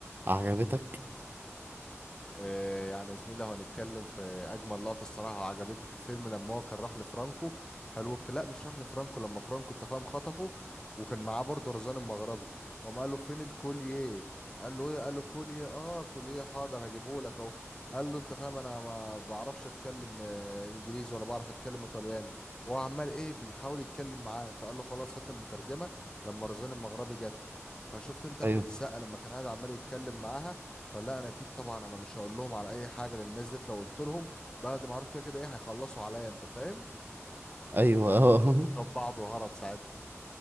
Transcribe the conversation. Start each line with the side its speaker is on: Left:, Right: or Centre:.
Right: عجبتك
Left: آه، يعني يا زميلي لو هنتكلم في اجمل لقطه الصراحه عجبتني في الفيلم لما هو كان راح لفرانكو هلوك لا مش راح لفرانكو لما فرانكو انت فاهم خطفه وكان معاه برضه رزان المغربي وقام قال له فين الكوليه قال له ايه قال له كوليه اه كوليه حاضر هجيبه لك اهو قال له انت فاهم انا ما بعرفش اتكلم آه، انجليزي ولا بعرف اتكلم ايطالياني وهو عمال ايه بيحاول يتكلم معاه فقال له خلاص هات المترجمه لما رزان المغربي جت فشفت انت احمد
Right: ايوه
Left: السقا لما كان قاعد عمال يتكلم معاها فلا انا اكيد طبعا انا مش هقول لهم على اي حاجه لان الناس ديت لو قلت لهم بعد ما اعرف كده كده ايه هيخلصوا عليا انت فاهم
Right: ايوه <laughs> اه
Left: وخد بعضه وهرب ساعتها